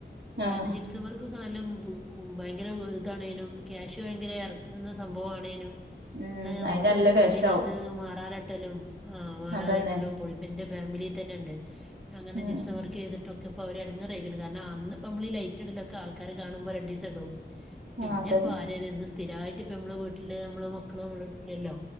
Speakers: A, in the centre; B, on the right.
A: കാരണം
B: ആഹ്
A: ജിപ്സമാർക്ക് കാലം മുമ്പ് ഉ ഭയങ്കര ഇതാണേനും ക്യാഷ് ഭയങ്കര ഇറക്കുന്ന സംഭവ ആണേനും
B: ഉം
A: എന്നാ നമ്മക്ക്
B: അയിന് നല്ല
A: തൊട്ട്
B: ക്യാഷാവും
A: പിന്നീട് അത് മാറാല ത്തലും ആ മാറാലാട്ടല്ലും
B: അതന്നെ
A: പൊടിപ്പ് എന്റെ ഫാമിലി തന്നെ ഉണ്ട് അങ്ങനെ
B: ഉം
A: ജിപ്സം വർക്ക് ചെയ്തിട്ടൊക്കെ ഇപ്പോ അവര് ഇടങ്ങേറായിരിക്കണ് കാരണം അന്ന് ഇപ്പോ നമ്മളൊക്കെ ലൈറ്റിടല് ആൾക്കാര് കാണുമ്പോ രണ്ട്സം തിടും പിന്നെ
B: ആഹ് അതന്നെ
A: ഇപ്പ ആരതന്ന് സ്ഥിരമായിട്ട് ഇപ്പ നമ്മള് വീട്ടില് നമ്മള് മക്കളും നമ്മളുടെ അടുത്തില്ലല്ലോ